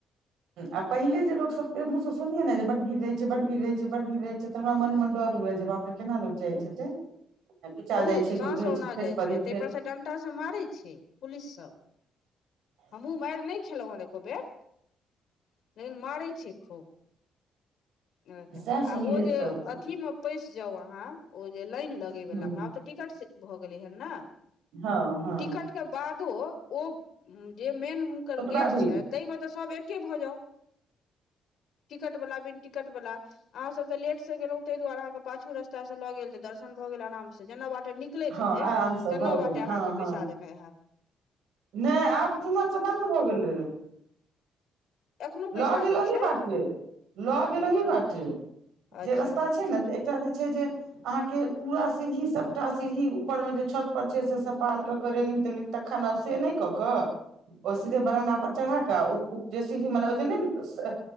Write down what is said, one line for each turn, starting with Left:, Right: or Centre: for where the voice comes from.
Right: आ पहिले जे लोको सबके मुँह से सुनियै ने जे बड़ भीड़ रहै छै बड भीड़ रहै छै बड़ भीड़ रहै छै तऽ हमरा मने मन डर हुऐ जे बाप रे केना लोग जायत हेते पीचा
Left: बहुत
Right: जाय छ
Left: साँस
Right: कोई कहे
Left: औना
Right: छै खसि
Left: जाइ
Right: पड़ै
Left: छै ताहि पर से डंटा सब मारे छै पुलिस सब हमहुँ मैर नहि खेलहुं एको बेर लेकिन मारै छै खूब आ
Right: सएह सुनियै
Left: ओ जे
Right: तऽ
Left: अथी मे पैस जाउ आहाँ ओ जे लाइन लग इ वाला
Right: हँ
Left: मे आब त टिकट भ गेल हन न
Right: हँ हँ
Left: टिकट के बादो ओ जे मेन हुनकर
Right: ओतबा
Left: गेट
Right: भीड़
Left: छे ताहिमे तऽ सब एके भऽ जाउ टिकटवला बिन टिकटवला अहाँ सब तऽ लेट से गेलहुँ ताहि दुआरेहके पाछू रस्ता से लऽ गेल तऽ दर्शन भऽ गेल आराम से जेना बाटे नीक निकलैत
Right: हँ
Left: हेतै
Right: आराम से
Left: तऽ
Right: भऽ
Left: नओ
Right: गेल
Left: बटे
Right: हँ
Left: अहाँके
Right: हँ
Left: पैसा देने हेत
Right: नहि आब तिम्हरसँ बन्द भऽ गेलै
Left: एखनो पैसा
Right: लऽ गेल
Left: दै
Right: ओही
Left: छै
Right: बाटे लऽ गेल
Left: अच्छा
Right: ओही बाटे जे
Left: अच्छा
Right: रास्ता छै ने एकटा जे छै जे अहाँके पूरा सीढ़ी सबटा सीढ़ी ऊपर मे जे छत पर छै से सब पार कऽ के रेलिन तेलिन तखन आउ से नहि कऽ कऽ ओ सीधे बरंडा पर चढ़ाके जे सीरही मने ओ नहि